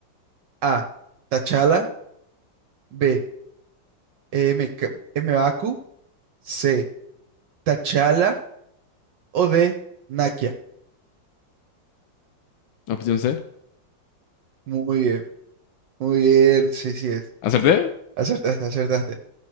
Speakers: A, on the right; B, on the left.
A: A. T'Challa. B. Eh, M. K- M'Baku. C. Tachala o de Nakia.
B: Opción C.
A: Muy bien, muy bien. Sí, sí es.
B: ¿Acerté?
A: Acertaste, acertaste.